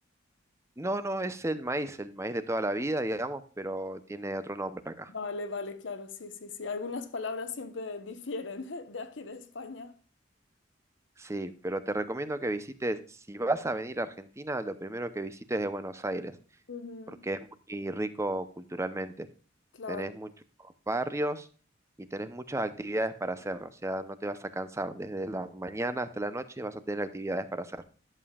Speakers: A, on the right (about 15°); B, on the left (about 85°).
A: No, no, es el maíz, el maíz de toda la vida, digamos, pero tiene otro nombre acá.
B: Vale, vale, claro, sí, sí, sí. Algunas palabras siempre difieren <laughs> de aquí de España.
A: Sí, pero te recomiendo que visites, si vas a venir a Argentina, lo primero que visites es Buenos Aires,
B: Ujú,
A: porque es muy rico culturalmente.
B: claro.
A: Tenés muchos barrios y tenés muchas actividades para hacer, o sea, no te vas a cansar. Desde la mañana hasta la noche vas a tener actividades para hacer.